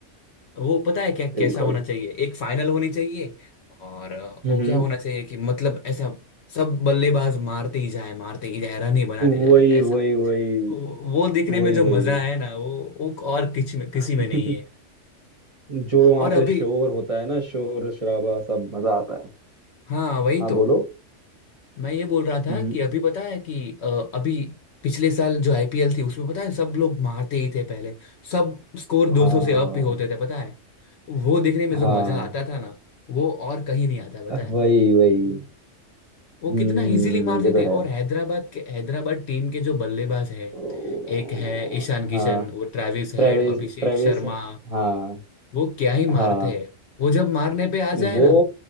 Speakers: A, on the left (about 65°); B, on the right (about 35°).
A: वो पता है क्या
B: बिल्कुल
A: कैसा होना चाहिए एक फाइनल होनी चाहिए और अ,
B: हम्म
A: वो क्या होना चाहिए कि मतलब ऐसा सब बल्लेबाज मारते ही जाए मारते ही जाए रन ही बनाते जाए
B: वही वही वही
A: वो देखने
B: वही
A: में जो
B: वही
A: मजा है ना वो वो और किसी में किसी
B: <laughs>
A: में नहीं है
B: जो वहाँ
A: और अभी
B: पे शोर होता है ना शोर शराबा सब मजा आता है
A: हाँ वही
B: हाँ
A: तो
B: बोलो
A: मैं ये बोल रहा था
B: हम्म
A: कि अभी पता है कि अ, अभी पिछले साल जो आईपीएल थी उसमें पता है सब लोग मारते ही थे पहले सब स्कोर 200
B: हाँ
A: से अप भी होते थे पता है वो देखने में
B: हाँ
A: जो मजा आता था ना वो और कहीं नहीं आता है पता है
B: वही वही
A: वो
B: हम्म
A: कितना इजीली मारते
B: ये तो
A: थे
B: है
A: और हैदराबाद के हैदराबाद टीम के जो बल्लेबाज है
B: ओ,
A: एक है ईशान किशन
B: हाँ
A: वो ट्रेविस हेड
B: Travis
A: अभिषेक
B: Travis
A: शर्मा
B: हाँ
A: वो क्या ही
B: हाँ
A: मारते हैं वो जब मारने पे आ
B: वो
A: जाए ना